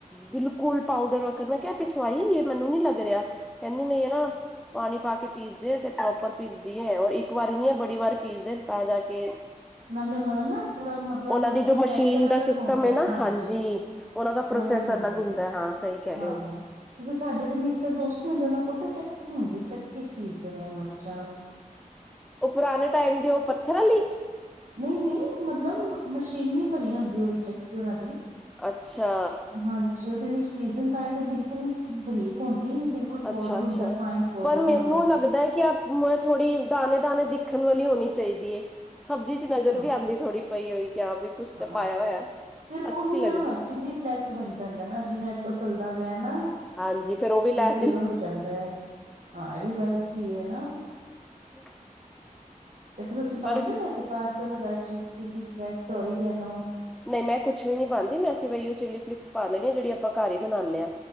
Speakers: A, in the centre; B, on the right.
A: ਬਿਲਕੁਲ ਪਾਊਡਰ ਵਕਨ ਮੈਂ ਕਿਆ ਪਿਸਵਾਈ ਇਹ ਮੈਨੂੰ ਨੀ ਲੱਗ ਰਿਆ ਕੈਂਦੀ ਨੇ ਇਹ ਨਾ ਪਾਣੀ ਪਾ ਕੇ ਪੀਸਦੇ ਤੇ <unintelligible> ਓ ਇੱਕ ਵਾਰ ਨੀ ਬੜੀ ਵਾਰ ਪੀਸਦੇ ਤਾਂ ਜਾ ਕੇ
B: ਨਾਲੇ ਉਹਨਾਂ ਦਾ ਨਾ ਥੋੜਾ ਮਤਲਬ
A: ਉਹਨਾਂ ਦੀ
B: ਪ੍ਰੋਸੈਸਰ
A: ਜੋ ਮਸ਼ੀਨ ਦਾ
B: ਅਲੱਗ
A: ਸਿਸਟਮ
B: ਹੁੰਦਾ
A: ਨਾ
B: ਹੈ ਹਾਂਜੀ।
A: ਉਹਨਾਂ ਦਾ ਪ੍ਰੋਸੈਸ
B: ਅਲੱਗ ਹੁੰਦਾ ਆ
A: ਹਾਂ ਸਹੀ ਕਹਿ ਰਹੇ
B: ਹਾਂ।
A: ਹੋ
B: ਸਾਡੇ ਤੇ ਮਿਕਸਰ ਦੂਸਰੇ ਹੁੰਦੇ ਉਹਨਾਂ ਕੋਲ ਤੇ ਚੱਕੀ ਹੁੰਦੀ ਚੱਕੀ 'ਚ ਪੀਸਦੇ ਨੇ ਮਰਚਾਂ
A: ਓ ਪੁਰਾਣੇ ਟੈਮ ਦੇ ਉਹ ਪੱਥਰ ਅਲੀ
B: ਨਈ-ਨਈ ਮਤਲਬ ਮਸ਼ੀਨੀ ਦੀ ਬਣੀ ਹੁੰਦੀ ਓ ਵੀ ਚੱਕੀ ਉਹਨਾਂ ਦੀ
A: ਅੱਛਾ
B: ਹਾਂਜੀ ਉਹਦੇ ਵਿੱਚ ਪੀਜਨ ਤਾਂ ਇਹਦੇ ਬਿਲਕੁਲ ਬਰੀਕ ਹੁੰਦੀ ਬਿਲਕੁਲ ਪਾਊਡਰ
A: ਅੱਛਾ-ਅੱਛਾ
B: ਹੁੰਦਾ ਫਾਈਨ ਪਾਊਡਰ
A: ਪਰ ਮੈਨੂੰ
B: ਹਾਂ
A: ਲੱਗਦਾ ਹੈ ਕਿ ਅਬ- ਥੋੜ੍ਹੀ ਦਾਣੇ-ਦਾਣੇ ਦਿੱਖਣ ਵਾਲੀ ਹੋਣੀ ਚਾਹੀਦੀ ਏ ਸਬਜ਼ੀ 'ਚ ਨਜ਼ਰ
B: ਹਾਂ
A: ਵੀ ਆਂਦੀ ਥੋੜੀ ਪਈ ਉਹੀ ਕਿਹਾ ਬਈ ਕੁਛ ਤੇ
B: ਹਾਂ
A: ਪਾਇਆ ਹੋਇਆ।
B: ਫਿਰ ਉਹੀ
A: ਅੱਛੀ ਲੱਗਦੀ।
B: ਨਾ ਚਿੱਲੀ ਫਲੇੈਕਸ ਬਣ ਜਾਂਦਾ ਹੈ ਨਾ ਜਿਵੇਂ ਅੱਜ-ਕੱਲ ਚੱਲਦਾ ਪਿਆ ਨਾ।
A: ਹਾਂਜੀ ਫੇਰ ਓ ਵੀ ਲੈ
B: ਵਰ ਹੋ ਜਾਂਦਾ ਹੈ ਹਾਂ ਇਹ ਵੀ ਗੱਲ ਅੱਛੀ ਹੈ ਨਾ
A: <inaudible>
B: ਤੇ ਫਿਰ ਤੁਸੀਂ
A: ਪਰ
B: ਪਾਂਦੇ ਹੋ ਵੈਸੇ ਪਾਸਤਾ ਵਗੈ ਚਿੱਲੀ ਫਲੈਕਸ ਔਰੀਗੈਨੋ
A: ਨਹੀਂ ਮੈਂ ਕੁਛ ਵੀ ਨੀ ਪਾਦੀ ਮੈਂ ਸੀ ਵਹੀ ਓ ਚਿੱਲੀ ਫਲਿਕਸ ਪਾ ਲੈਣੀ ਆ ਜਿਹੜੀ ਆਪਾਂ ਘਰ ਹੀ ਬਣਾਣੇ ਆਂ।